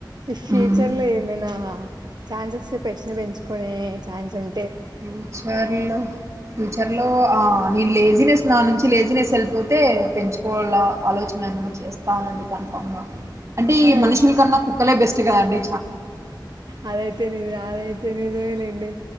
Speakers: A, on the right (about 60°); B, on the right (about 40°).
A: ఈ ఫ్యూచర్
B: హ్మ్.
A: లో ఏమైనా ఛాన్సెస్ ఉన్నాయా పెంచుకునే ఛాన్స్ ఉం
B: ఫ్యూచర్ లో ఫ్యూచర్ ఒ ఆ లేద లేజినెస్ నా నుంచి లేజినెస్ వెళ్పోతే పెంచుకోవాల ఆలోచ <inaudible> నేము చేస్తాను పంగ అంటే ఈ
A: ఆ
B: మనుషుల
A: ఇఫ్
B: కన్నా కుక్కలే బెస్ చిగండి
A: అదైతే నిజమే అదైతే నిజమేనండి